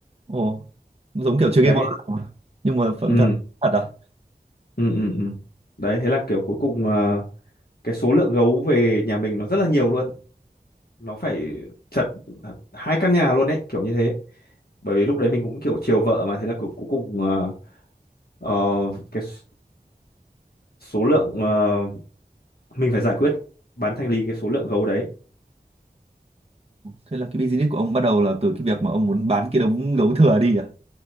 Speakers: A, on the right; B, on the left.
A: Ồ, giống kiểu chơi
B: đấy
A: game online mà. nhưng mà phần
B: ừ
A: thật thật à?
B: ừ ừ, ừ. đấy thế là kiểu cuối cùng ờ, cái số lượng gấu về nhà mình nó rất là nhiều luôn nó phải chật hai căn nhà luôn đấy kiểu như thế bởi vì lúc đấy mình cũng kiểu chiều vợ mà thế là cuối cuối cùng ờ, ờ, cái s- số lượng ờ, mình phải giải quyết bán thanh lý cái số lượng gấu đấy
A: Thế là cái business của ông bắt đầu là từ cái việc mà ông muốn bán cái đống gấu thừa đi à?